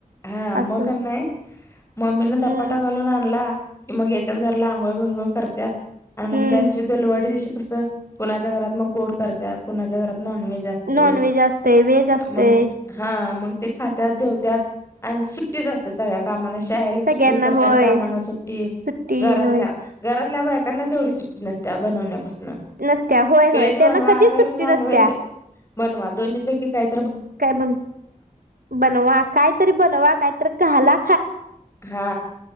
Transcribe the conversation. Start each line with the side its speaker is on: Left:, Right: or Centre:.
Left: हा
Right: असं
Left: मक नाही मम्मीने
Right: हम्म
Left: दपाटा घालून आणला कि मग येतात घरला आंघोळ विघोळ करतात आणि मग
Right: हम्म
Left: त्या दिवशी दलवडी दिवशी कस कुणाच्या घरात मग गोड करत कुणाच्या घरात नॉन व्हेज असते
Right: नॉनव्हेज असतय व्हेज असतय
Left: मग हा मग ते खातात जेवतात आणि सुट्टीच असतेात सगळ्या कामाांना शाळेला सुट्टी
Right: सगळ्यांना
Left: सरकारी
Right: होय
Left: कामाना सुट्ट
Right: सुट्टी
Left: घरातल्या
Right: होय
Left: घरातल्या बायकांना तेवढी सुट्टी नसत्या बनवण्यापासून
Right: नसत्या होय
Left: व्हेज
Right: होय
Left: बनवा
Right: त्यांना कधीच
Left: अगर
Right: सुट्टी
Left: नॉन
Right: नसत्या
Left: व्हेज बनवा दोन्ही पैकी खायच
Right: काय बन बनवा कायतरी बनवा कायतरी कला
Left: हा